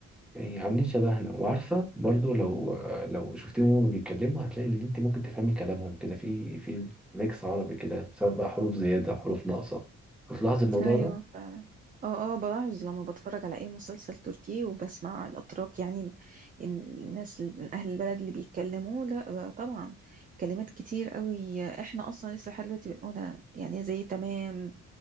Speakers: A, in the centre; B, on the right.
A: يعني عاملين شبهنا وعارفة برضو لو آه، لو شفتيهم وهم بيتكلموا هتلاقي إن أنت ممكن تفهمي كلامهم كده في في ميكس عربي كده سواء بقى حروف زيادة حروف ناقصة بتلاحظي الموضوع
B: ايوه
A: ده؟
B: فعلا اه اه بلاحظ لما بتفرج على اي مسلسل تركي وبسمع الاتراك يعني ال- ال- الناس ال- من اهل البلد اللي بيتكلموا لا بقى طبعا كلمات كتير قوي احنا اصلا لسه لحد دلوقتي بنقولها يعني زي تمام